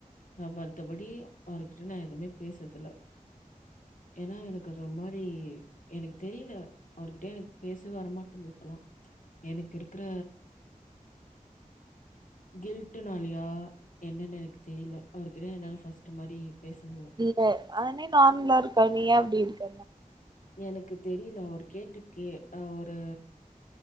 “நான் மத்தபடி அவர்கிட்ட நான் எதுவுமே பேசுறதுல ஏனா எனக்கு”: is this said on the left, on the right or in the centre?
Left